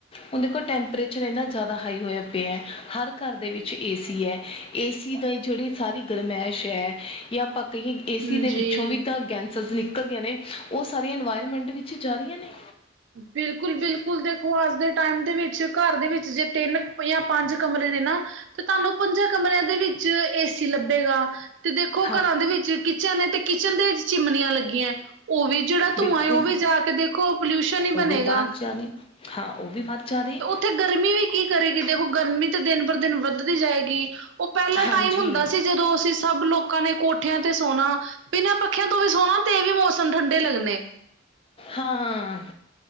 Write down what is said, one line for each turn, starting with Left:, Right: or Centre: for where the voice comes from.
Left: ਹੁਣ ਦੇਖੋ, ਟੈਂਪਰੇਚਰ ਇੰਨਾ ਜ਼ਿਆਦਾ ਹਾਈ ਹੋਇਆ ਪਿਆ ਹਰ ਘਰ ਦੇ ਵਿੱਚ ਏ ਸੀ ਐ। ਏ ਸੀ ਦਾ ਜਿਹੜੀ ਸਾਰੀ ਗਰਮੈਸ਼ ਹੈ ਜਾ ਆ ਕਈਏ ਏ
Right: ਜੀ
Left: ਸੀ ਦੇ ਵਿੱਚੋਂ ਵੀ ਤਾਂ ਗੈਂਸਸ ਨਿਕਲਦੀਆ ਨੇ, ਉਹ ਸਾਰੀਆਂ ਇਨਵਾਇਰਮੈਂਟ ਵਿੱਚ ਜਾ ਰਹੀਆ ਨੇ।
Right: ਬਿਲਕੁਲ-ਬਿਲਕੁਲ ਦੇਖੋ ਅੱਜ ਦੇ ਟਾਈਮ ਦੇ ਵਿੱਚ ਘਰ ਦੇ ਵਿੱਚ ਜੇ ਤਿੰਨ ਜਾ ਪੰਜ ਕਮਰੇ ਨੇ ਨਾ। ਤੇ ਤੁਹਾਨੂੰ, ਪੰਜਾਂ ਕਮਰਿਆਂ ਦੇ ਵਿੱਚ ਏਸੀ ਲੱਭੇਗਾ ਤੇ ਦੇਖੋ
Left: ਹਾਂ
Right: ਘਰਾਂ ਦੇ ਵਿੱਚ ਕਿਚਨ ਤੇ ਕਿਚਨ ਦੇ ਚਿਮਨੀਆਂ ਲੱਗੀਆ, ਉਹ ਵੀ ਜਿਹੜਾ ਧੂੰਆਂ
Left: ਬਿਲਕੁਲ
Right: ਉਹ ਵੀ ਜਾ ਕੇ ਦੇਖੋ, ਪੋਲਿਊਸ਼ਨ ਹੀ
Left: ਉਹ
Right: ਬਣੇਗਾ
Left: ਵੀ ਬਾਹਰ ਜਾ ਰਿਆ, ਹਾਂ ਉਹ ਵੀ ਬਾਹਰ ਜਾ ਰਹੇ।
Right: ਤੇ ਗਰਮੀ ਵੀ ਕੀ ਕਰੇਗੀ ਦੇਖੋ ਗਰਮੀ ਤਾਂ ਦਿਨ ਪਰ ਦਿਨ ਵੱਧ ਦੀ ਜਾਏਗੀ ਉਹ ਪਹਿਲਾ
Left: ਹਾਂਜੀ
Right: ਟਾਈਮ ਹੁੰਦਾ ਸੀ, ਜਦੋਂ ਅਸੀਂ ਸਭ ਲੋਕਾਂ ਨੇ ਕੋਠਿਆਂ ਤੇ ਸੋਣਾ। ਬਿਨਾਂ ਪੱਖਿਆਂ ਤੋਂ ਵੀ ਸੋਹਣਾ ਤੇ ਵੀ ਮੌਸਮ ਠੰਡੇ ਲੱਗਣੇ।
Left: ਹਾਂ,